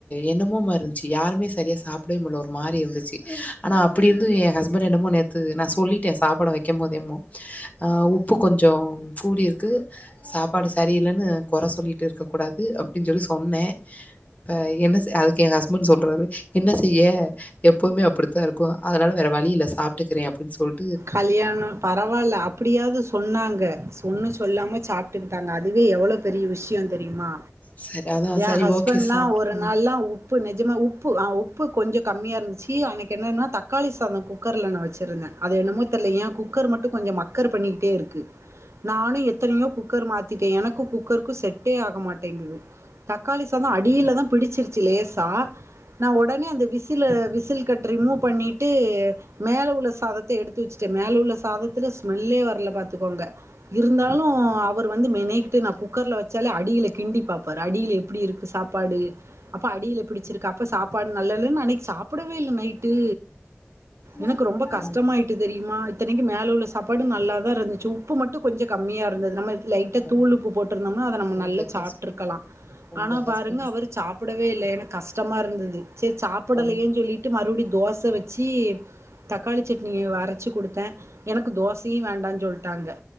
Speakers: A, on the left; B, on the right.
A: என்னமோ மார்ருந்ச்சி யாருமே சரியா சா ப்டவே முட்ல ஒரு மாரி இருந்துச்சி ஆனா அப்பிடியிருந்து எ ஹஸ்பண்ட் என்னமோ நேத்து நா சொல்லிட்டே சாப்பாடு வெக்கம்போதேமு அ உப்பு கொஞ்சோ கூடிர்க்கு சாப்பாடு சரியில்லனு கொற சொல்லிட்டிருக்கக் கூடாது அப்டின் சொல்லி சொன்னே ப்ப என்ன செ அதுக்கு எ ஹஸ்பண்ட் சொல்றாரு என்ன செய்ய எப்பவுமே அப்டி தா இருக்கு அதுனால வேற வழியில்ல சாப்ட்டுக்கிறே அப்டின் சொல்
B: கல்யாணோ பரவால்ல அ ப்டியாவ்து சொன்னாங்க ஸ் ஒன்னு சொல்லாம சாப்ட்டுக்கிட்டாங்க அதுவே எவளோ பெரிய விஷ்யோ தெரியுமா
A: சரி அதா
B: எ
A: சரி
B: ஹஸ்பண்ட்லா
A: ஓகே சாப்ட்டுக்கோங்க
B: ஒரு நாள்லா உ ப்பு நெஜமா உப்பு அ உப்பு கொஞ்ச கம்மியா இருந்து ச்சி அன்னைக் என்னன்னா தக்காளி சாதோ குக்கர்ல நா வெச்சிருந்தே அது என்னமோ தெர்ல ஏ குக்கர் மட் டு கொஞ்ச மக்கர் பண்ணிகிட்டே இருக்கு நானு எத்தனையோ குக் கர் மாத்திட்டே எனக்கு குக்கருக்கு செட்டே ஆக மாட்டேங்கிது தக்காளி சாதோ அடில தா பிடிச்சிருச்சி லேசா நா ஒடனே அந்த விசில விசில் கட் ரிமூவ் பண்ணீட்டு மேல உள்ள சாதத் த எடுத்து வெச்சிட்டே மேல உள்ள சாதத்துல ஸ்மெல்லே வர்ல பாத்துக்கோங்க இருந்தாலு அவுர் வந்து மெனேகிட்டு நா குக்கர்ல வெச்சாலே அடில கிண்டி பாப் பாரு அடில எப்பிடி இருக்கு சாப்பாடு அப்ப அடில பிடிச்சிருக்கா அப்ப சாப்பாடு நல்லால்லன் அன்னைக் சாப்பட வே இல்ல நைட்டு
A: ம்
B: எனக்கு ரொம்ப கஷ்
A: ம்
B: ட்டு தெரியுமா இத்தனைக்கு மேல உள்ள சாப்பாடு நல்லாதா இருந்துச்சு உப்பு மட்டு கொஞ்சோ கம்மியா இருந்தது நம்ம லைட்டா
A: உங்
B: தூள் உப்பு போட்ருந்தம்னா அத நம்ம
A: உங்க
B: நல்லா சாப்ட்ருக்கலா
A: ஹஸ்பண்ட் உங்க
B: ஆனா
A: ஹஸ்பண்ட்ஸ்
B: பாருங்க அவுரு சாப் டவே இல்ல எனக் கஷ்டமா இருந்தது சேரி சாப்படலையேன்
A: உங்
B: சொல்லீட் டு மறுபடி தோச வெச்சி தக்காளி சட்னி அரச்சி குடுத்தே எனக்கு தோசையு வேண்டான் சொல்ட்டாங்க